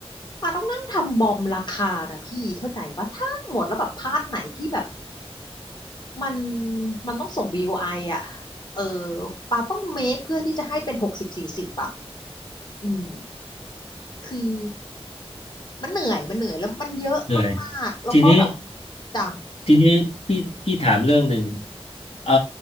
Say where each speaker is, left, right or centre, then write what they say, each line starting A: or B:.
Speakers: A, on the left; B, on the left.
A: ปาต้องนั่งทำบอมราคานะพี่เข้าใจว่าทั้งหมดแล้วแบบพาร์ทไหนที่แบบ มันมันต้องส่ง BOI ออ่ะเออปาต้องเมคเพื่อที่จะให้เป็นหกสิบสี่สิบอ่ะอืมคือมันเหนื่อยมันเหนื่อยแล้วมันเยอะมากๆแล้วก็แบบ
B: เหนื่อยทีนี้
A: จ้ะ
B: ทีนี้พี่พี่ถามเรื่องหนึ่งเอ่อ